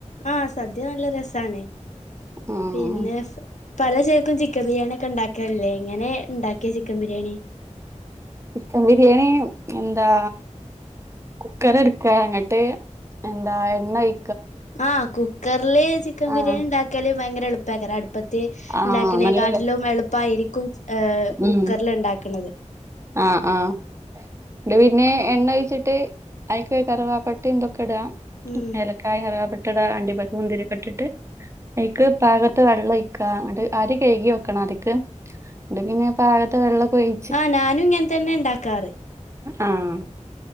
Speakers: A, on the left (about 75°); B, on the right (about 25°).
A: ആഹ് സദ്യ നല്ല രസാണ്
B: ഉം
A: പിന്നെ പല ചേൽക്കും ചിക്കൻ ബിരിയാണിയ ഒക്കെ ഉണ്ടാക്കാറില്ലേ എങ്ങനെണ്ടാക്കിയ ചിക്കൻ ബിരിയാണി
B: ചിക്കൻ ബിരിയാണി എന്താ കുക്കറ്ട്ക്കാ അങ്ങട്ട് എന്താ എണ്ണ ഒഴി
A: ആഹ് കുക്കർല് ചിക്കൻ ബിരിയാണിണ്ടാക്ക
B: ആഹ്
A: ക്കല് ഭയങ്കര എളുപ്പയ്ക്കാരം അടുപ്പത്ത്
B: ആഹ്
A: ഉണ്ടാക്കണേ
B: നല്ലത്
A: കാട്ടിലും എളുപ്പായിരിക്കും ഏഹ്
B: ഉം
A: കുക്കർല്ണ്ടാക്കണത്
B: ആഹ് ആഹ് ന്നിട്ട് പിന്നെ എണ്ണ ഒഴിച്ചിട്ട് അയ്ക്ക് കറവാപട്ടിംതൊക്കെ ഇടാ
A: ഉം
B: ഏലക്ക കായിം കറ്കപ്പട്ടടാ അണ്ടിപര്പ്പും മുന്തിരിയൊക്കെട്ടിട്ട് അയിക്ക് പാകത്ത വെള്ളൊഴിക്കാ ഇന്നട്ട് ആരി കഴ്കി വെക്കണം ആതിക്ക് ഇന്നട്ട് പിന്നെ പാകത്തെ വെള്ളക്കൊയി
A: ആഹ് നാനും ഇങ്ങൻ തന്നെണ്ടാക്കാറ്
B: ആഹ്